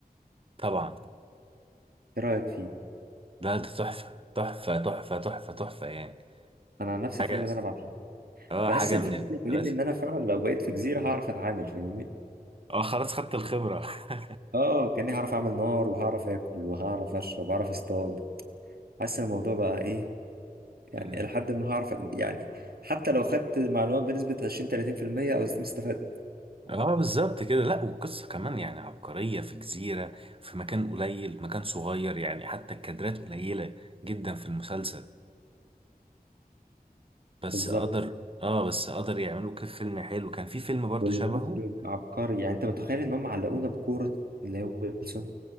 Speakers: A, on the right; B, on the right.
A: طبعا
B: ايه رايك فيه
A: لا ده تحفة تحفة تحفة تحفة تحفة يعني
B: انا عن نفس
A: حاجة
B: الفيلم ده انا بعشقه
A: اه
B: بحس
A: حاجة
B: ان الفيلم
A: من الكلاسيك
B: ده بيعلمني ان انا فعلا لو بقيت في جزيره هعرف اتعامل فاهمني
A: اه خلاص خدت الخبرة <laughs>
B: اه كاني هعرف اعمل نار وهعرف اكل وهعرف اشرب وهعرف اصطاد حاسس ان الموضوع بقى ايه يعني
A: مم.
B: لحد ما هعرف يعني حتى لو خدت معلومات بنسبه 20 30% او زي ما استفدت
A: اه بالظبط كده لا والقصة كمان يعني عبقرية في جزيرة في مكان قليل مكان صغير يعني حتى الكادرات قليلة جدا في المسلسل بس
B: بالظبط
A: قدر اه بس قدر يعملوا كيف فيلم حلو كان في فيلم برضو
B: والمخرج
A: شبهه
B: عبقري يعني انت متخيل ان هم علقونا بكوره اللي هو ويلسون